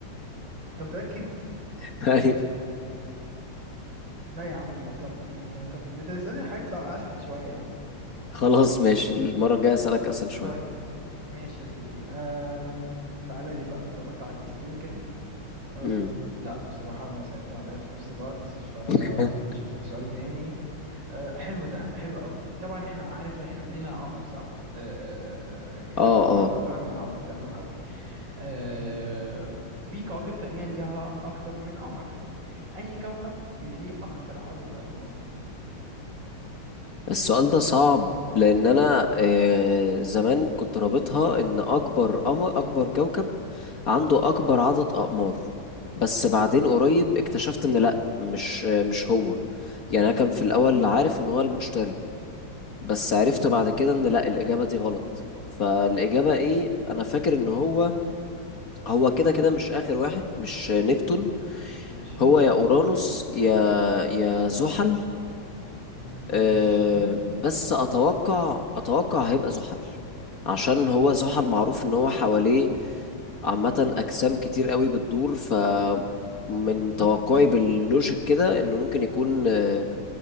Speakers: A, on the right; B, on the left.
A: انت متاكد
B: <laughs> أيوة
A: لا يا عم طب م- طب ما تسالني حاجات صع- اسهل شويه يعني
B: خلاص ماشي المرة الجاية أسألك أسهل شوية
A: طيب ماشي يا سيدي أم... تعالى لي بقى طالما انت عجزتني كده أه...
B: امم
A: لا بصراحه صعبت عليا في نفس الوقت فاشوف
B: <laughs>
A: لك سؤال تاني آه، حلو ده حلو قوي طبعا احنا عارف احنا لينا قمر صح آه، آه، آه، آه، كوكب
B: اه
A: الارض
B: اه
A: بتاعنا لينا قمر تمام قوي آه، في كواكب تانية ليها اكتر من قمر انهي كوكب اللي ليه اكتر عدد اقمار
B: السؤال ده صعب لان انا آه، زمان كنت رابطها ان اكبر قمر اكبر كوكب عنده اكبر عدد اقمار بس بعدين قريب اكتشفت ان لا مش آه، مش هو يعني انا كان في الاول عارف ان هو المشتري بس
A: تمام
B: عرفت بعد كده ان لا الاجابة دي غلط فالاجابة ايه انا فاكر ان هو هو كده كده مش اخر واحد مش نبتون
A: ماشي
B: هو يا اورانوس يا يا زحل
A: ماشي
B: أم، بس اتوقع اتوقع هيبقى زحل عشان هو زحل معروف ان هو حواليه عامة اجسام كتير قوي بتدور ف من
A: مهم.
B: توقعي باللوجيك كده انه ممكن يكون أه،